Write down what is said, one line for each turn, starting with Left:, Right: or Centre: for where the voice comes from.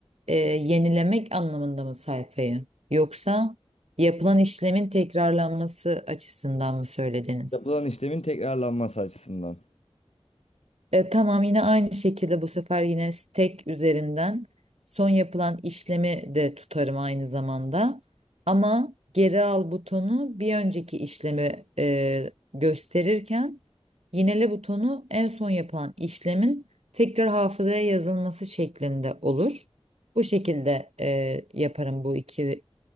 Right: e, yenilemek anlamında mı sayfayı? Yoksa yapılan işlemin tekrarlanması açısından mı söylediniz?
Left: Yapılan işlemin tekrarlanması açısından.
Right: E, tamam yine aynı şekilde bu sefer yine stack üzerinden son yapılan işlemi de tutarım aynı zamanda. Ama geri al butonu bir önceki işlemi e, gösterirken yinele butonu en son yapılan işlemin tekrar hafızaya yazılması şeklinde olur. Bu şekilde e, yaparım bu iki